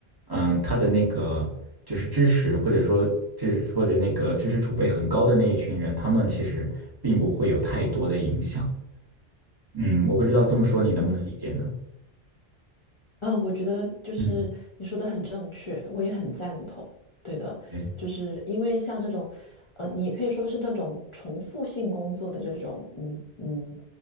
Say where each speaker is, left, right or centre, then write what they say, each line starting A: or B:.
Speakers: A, on the right; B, on the left.
A: 嗯他的那个就是知识或者说知或者那个知识储备很高的那一群人，他们其实并不会有太多的影响。嗯，我不知道这么说你能不能理解呢？
B: 嗯。嗯，我觉得就是你说的很正确，
A: 嗯，
B: 我也很赞同。对的，
A: 对，
B: 就是因为像这种，呃，你也可以说是那种重复性工作的这种，嗯嗯，